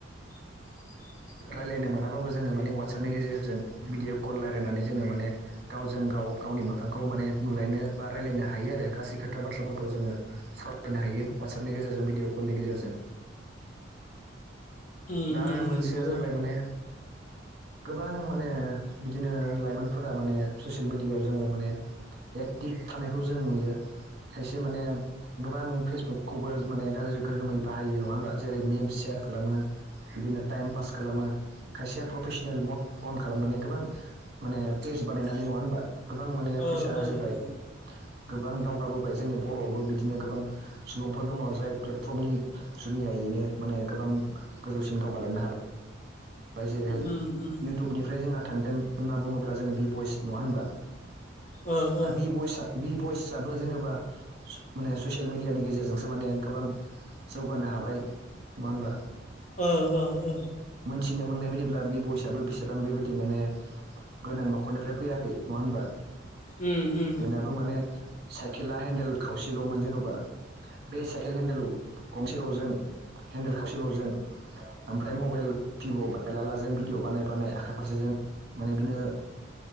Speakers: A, on the left (about 40°); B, on the right (about 55°).
A: <inaudible>
B: रायलायनो मोनाबाबो जोङो माने वाटसएपनि गेजेरजों भिडिअ कल रायज्लायनानै जोङो माने गावजों गाव गावनि मोखांखौ माने नुलायनो बा रायलायनो हायो आरो गासै खोथा बाथ्राफोरखौ जों सावरायनो हायो वाट्सएपनि गेजेरजों भिडिअ कलनि गेजेरजों
A: नंगौ
B: दा मोनसेया जाबाय माने गोबां माने बिदिनो लाइमोनफोरा माने ससियेल मिडियायाव जोङो माने एक थेब थानायखौ जों नुयो खायसे माने गोबां फेसबुकखौबो माने गाज्रि गोहोमै बाहायो नङा होमब्ला जेरै मेमस सेयार खालामो बिदिनो टाइम पास खालामो खायसेया प्रफेसनेल मद अन खालामनानै गोबां माने पेस बानायनानै नङा होनबा गोबां माने
A: ओ
B: फैसा
A: ओ
B: आरजिबाय
A: उम
B: गोबां दावगाबो जोंनि बर'आवआबो बिदिनो गोबां सुबुंफोर दङ जाय प्लेटफर्मनि जुनियायैनो माने गोबां गोजौसिम दावगालांनो हाबाय <unintelligible>
A: उम उम
B: <unintelligible> ओमफ्राय जोंहा थांदों होनना बुङोब्ला जोङो बि बइस नङा होनबा
A: ओ
B: दा
A: ओ
B: बि बइसआ बि भइसआबो जेनेबा ओ ससियेल मिडियानि गेजेरजोंसो माने गोबां जौगानो हाबाय नङा होनबा
A: औ औ औ
B: मोनथिनो मोननाय बायदिब्ला बि बयसआबो बेसेबां बेबायदि माने गोनां न'खरनिफ्राय फैयाखै नङा होनबा
A: उम उम
B: दाथ' माने साइकेला हेन्देल खावसेल'मोन जेनबा बे साइकेल हेन्देल गंसेल'जों हेन्देल खाबसेल'जों ओमफ्राय मबाइल बि'बायलाला जों भिडिअ बानाय बानाय आखाइ फारसेजों माने बिनो